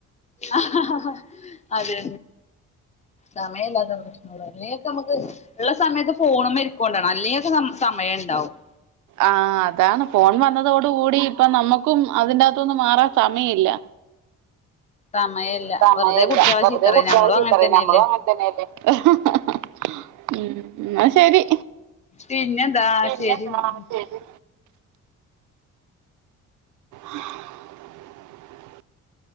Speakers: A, on the left; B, on the right.
A: ആഹ് അതെ സമയല്ലാത്ത പ്രശ്നമ അല്ലെങ്കൊക്കെ നമുക്ക് ഉള്ള സമയത്ത് ഫോണും മരിക്കൊണ്ടാണ് അല്ലെങ്കൊക്കെ സമയം ഉണ്ടാവും
B: ആഹ് അതാണ് ഫോൺ വന്നതോടു കൂടി അപ്പൊ നമ്മക്കും അതിനാത്തോന്നു മാറാൻ സമയില്ല
A: സമയല്ല
B: സമയല്ല
A: വെറുതെ കുട്ടികളെ
B: വെറുതെ
A: ചീത്തറിയും
B: കുട്ടികളെ
A: നമ്മളും
B: ചീത്തറ
A: അങ്ങനെ തന്നെയല്ലേ
B: നമ്മളും അങ്ങനെ തന്നെയല്ലേ ഹ് ഹ് മ് എന്ന ശരി
A: പിന്നെന്താ
B: പിന്നെന്ത
A: ശരിന്നാ
B: <unintelligible>